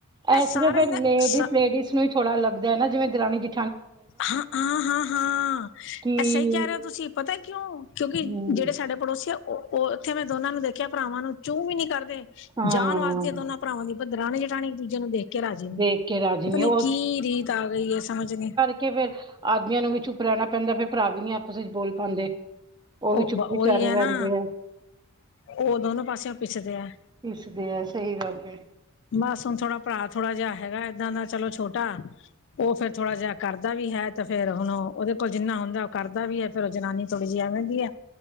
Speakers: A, on the right (about 20°); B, on the left (about 55°).
A: ਇਹ
B: ਸਾਰਿਆਂ
A: ਸਿਰਫ ਲੇਡੀਜ਼,
B: ਦਾ
A: ਲੇਡੀਜ਼ ਨੂ ਈ ਥੋੜਾ ਲੱਗਦਾ ਹੈ ਨਾ, ਜਿਵੇ ਦਰਾਣੀ ਜੇ
B: ਹਾਂ, ਹਾਂ, ਹਾਂ, ਹਾਂ,
A: ਕਿ
B: ਐ ਸਹੀ ਕਹਿ ਰਿਉ ਤੁਸੀਂ! ਪਤਾ ਕਿਉਂ? ਕਿਉਂਕਿ,
A: ਹਮ
B: ਜਿਹੜੇ ਸਾਡੇ ਪੜੋਸੀ ਉਹ, ਓ ਉੱਥੇ ਮੈਂ ਦੋਨਾਂ ਨੂੰ ਦੇਖਿਆ ਭਰਾਵਾਂ ਨੂੰ, ਚੂ ਵੀ ਨੀ ਕਰਦੇ,
A: ਹਾਂ
B: ਜਾਣ ਵਾਸਦੀ ਦੋਨਾਂ ਭਰਾਵਾਂ ਦੀ, ਦਰਾਣੀ- ਜਠਾਣੀ ਇੱਕ ਦੂਜੇ ਨੂੰ ਦੇਖ ਕੇ ਰਾਜੀ ਨੀ।
A: ਦੇਖ ਕੇ ਰਾਜੀ
B: ਪਤਾ
A: ਨਹੀਂ
B: ਨੀ ਕੀ ਰੀਤ ਆ ਗਈ ਹੈ, ਸਮਝ ਨੀ।
A: ਕੇ ਫੇਰ ਆਦਮੀਆਂ ਨੂੰ ਵੀ ਚੁੱਪ ਰਹਿਣਾ ਪੈਂਦਾ, ਫੇਰ ਭਰਾ ਵੀ ਨੀ ਆਪਸ ਵਿੱਚ ਬੋਲ ਪਾਉਂਦੇ। ਵੀ
B: ਉਹ,
A: ਚੁੱਪ
B: ਉਹੀ
A: ਵਿਚਾਰੇ
B: ਹੈ
A: ਰਹਿੰਦੇ
B: ਨਾ
A: ਆ
B: ਉਹ ਦੋਨੋ ਪਾਸੇਓ ਪਿਸਦੇ ਹੈ।
A: ਪਿਸਦੇ ਆ ਸਹੀ ਗੱਲ ਹੈ
B: ਬਸ, ਹੁਣ ਥੋੜਾ ਭਰਾ ਥੋੜਾ ਜਿਹਾ ਹੈਗਾ ਏਦਾਂ ਦਾ ਚਲੋ ਛੋਟਾ। ਉਹ ਫੇਰ ਥੋੜਾ ਜਿਹਾ ਕਰਦਾ ਵੀ ਹੈ, ਤੇ ਫੇਰ ਹੁਣ ਉਹ, ਉਹਦੇ ਕੋਲ ਜਿੰਨਾ ਹੁੰਦਾ ਉਹ ਕਰਦਾ ਵੀ ਹੈ, ਫੇਰ ਉਹ ਜਨਾਨੀ ਥੋੜੀ ਜਿਹੀ ਐਵੇਂ ਵਧੀਆ।